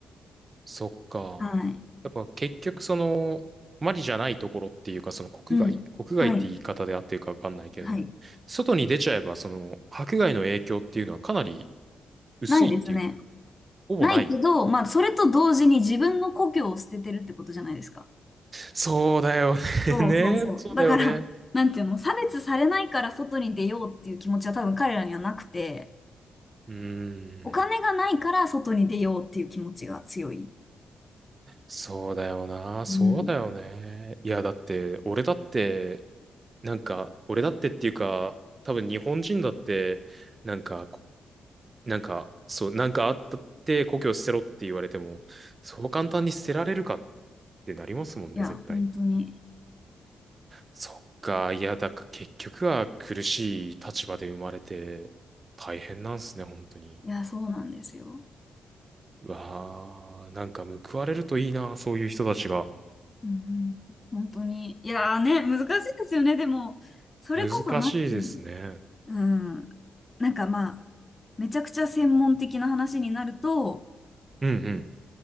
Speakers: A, on the right; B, on the left.
A: そっか。
B: はい。
A: やっぱ結局その、マリじゃないところっていうか、その国外国外って言い方で合ってるかわかんないけれども、
B: うん。はい。はい。
A: 外に出ちゃえば、その、迫害の影響っていうのはかなり薄いっていうか、
B: ないですね。
A: ほぼない。
B: ないけど、まあ、それと同時に自分の故郷を捨ててるってことじゃないですか。
A: そうだよね。
B: そうそうそう。
A: <laughs> ね。そうだよね。
B: だから、<laughs> なんていうの、差別されないから外に出ようっていう気持ちは多分彼らにはなくて、
A: うーん。
B: お金がないから外に出ようっていう気持ちが強い。
A: そうだよな。そうだよね。
B: うん。
A: いや、だって、俺だって、なんか、俺だってっていうか、多分日本人だって、なんかなんか、そう、なんかあったって故郷捨てろって言われても、そう簡単に捨てられるかってなりますもんね、
B: いや、
A: 絶対に。
B: 本当に。
A: そっか、いや、だから結局は苦しい立場で生まれて大変なんすね、本当に。
B: いや、そうなんですよ。
A: うわー、なんか報われるといいな、そういう人たちが。
B: うんうん本当に。いやーね、難しいですよね。でも、それこそ、
A: 難しいですね。
B: なんていうの、うん、なんかまあ、めちゃくちゃ専門的な話になると、
A: うんうん。